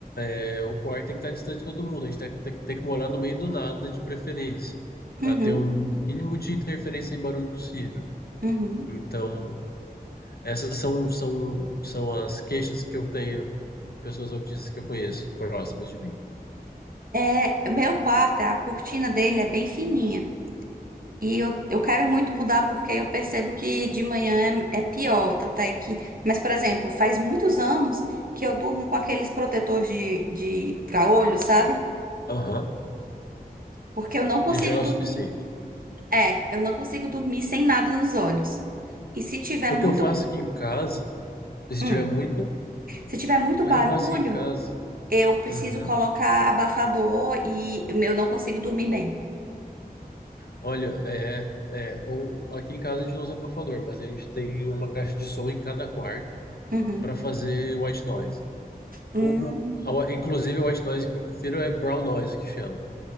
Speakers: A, on the left (about 75°); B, on the right (about 65°).
A: É, o quarto tem que estar distante de todo mundo. A gente tem, tem- tem que morar no meio do nada, de preferência,
B: Uhum,
A: para ter o mínimo de interferência e barulho possível.
B: uhum.
A: Então, essas são, são, são as queixas que eu tenho de pessoas autistas que eu conheço, próximas de mim.
B: É, o meu quarto, a cortina dele é bem fininha. E eu, eu quero muito mudar porque eu percebo que de manhã é, é pior, tanto é que... Mas, por exemplo, faz muitos anos que eu durmo com aqueles protetores de, de pra olho, sabe?
A: Aham,
B: Porque eu não consigo
A: E já é o
B: dormir.
A: suficiente.
B: É, eu não consigo dormir sem nada nos olhos. E se tiver
A: O
B: muito...
A: que eu faço aqui em casa, se
B: hum,
A: tiver muito,
B: se tiver muito
A: o
B: barulho,
A: que eu faço aqui em casa,
B: eu preciso
A: uhum,
B: colocar abafador e eu não consigo dormir bem.
A: olha, é, é, ou aqui em casa a gente não usa abafador, mas a gente tem uma caixa de som em cada quarto
B: Uhum.
A: para fazer white noise.
B: Hum,
A: O, o, a- inclusive, o white noise que eu prefiro é brown noise, que chama,